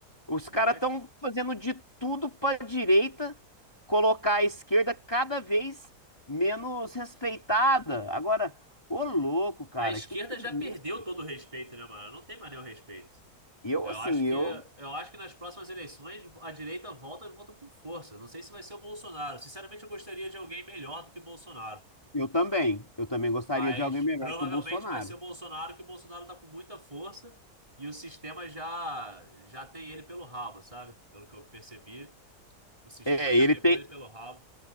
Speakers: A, on the left; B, on the right.
A: Os caras
B: lógico.
A: estão fazendo de tudo pra direita colocar a esquerda cada vez menos respeitada. Agora, ô louco, cara,
B: A esquerda
A: que que é
B: já perdeu
A: isso?
B: todo o respeito, né, mano? Não tem mais nenhum respeito.
A: Eu,
B: Eu
A: assim,
B: acho que,
A: eu.
B: eu acho que nas próximas eleições a direita volta e volta com força. Não sei se vai ser o Bolsonaro. Sinceramente, eu gostaria de alguém melhor do que o Bolsonaro.
A: Eu também. Eu também gostaria
B: Mas
A: de alguém melhor
B: provavelmente
A: que o Bolsonaro.
B: vai ser o Bolsonaro, que o Bolsonaro tá com muita força e o sistema já já tem ele pelo rabo, sabe? Pelo que eu percebi, o sistema
A: É,
B: já
A: ele
B: pegou
A: tem,
B: ele pelo rabo.